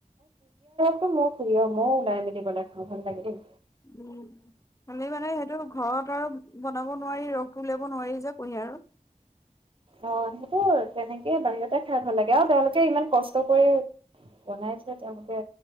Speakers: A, on the right; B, on the left.
A: এটো মোৰ প্ৰিয় মই ওলাই মেলি গলে খাওঁ ভাল লাগে দেই।
B: উ আমি মানে সেইটো ঘৰত আৰু বনাব নোৱাৰি ৰসটো উলিয়াব নোৱাৰি যে কুঁহিয়াৰ
A: অ সেইটো তেনেকেই বাহিৰতে খাই ভাল লাগে। আৰু তেওঁলোকে ইমান কষ্ট কৰি বনাইছেে তেওঁলোকে